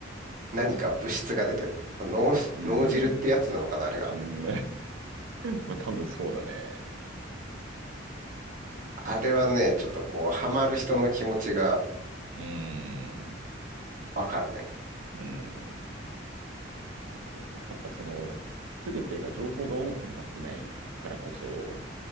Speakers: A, on the right; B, on the right.
A: 何か物質が出てるね。脳、
B: うん。
A: 脳汁ってやつなのかな、あれが。
B: うん <laughs> まあ、多分そうだね。
A: あれはね、ちょっとこう、ハマる人の気持ちが
B: うん。
A: わかるね。
B: うん。そうだよね。やっぱその、すべてが情報がオープンになってないからこそ、